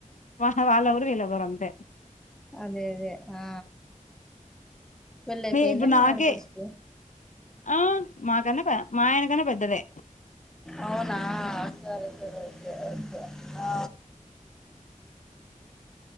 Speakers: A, on the left; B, in the centre.
A: వా వాళ్ళఏవరు వీల్లోఏవరు అంతే
B: అదే అదే ఆ పెళ్లయిపోయింద
A: ఇప్పుడు
B: మీ
A: నాకే
B: ఆడపడుచుకి
A: ఆ మాకన్న మా ఆయనకన్న పెద్దదే
B: అవునా సరే సరే ఒకే ఒకే ఆ